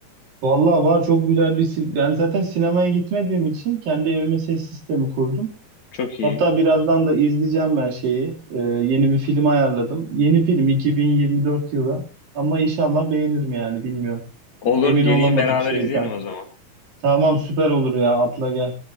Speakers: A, on the right (about 60°); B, on the left (about 50°).
A: Vallahi var çok güzel bir si- ben zaten sinemaya gitmediğim için kendi evime ses sistemi kurdum.
B: Çok iyi.
A: Hatta birazdan da izleyeceğim ben şeyi. Ee, yeni bir film ayarladım. Yeni film 2024 yılı ama inşallah beğenirim yani bilmiyorum.
B: Olur,
A: Emin
B: geleyim
A: olamadım
B: beraber
A: şeyden.
B: izleyelim o zaman.
A: Tamam süper olur ya atla gel.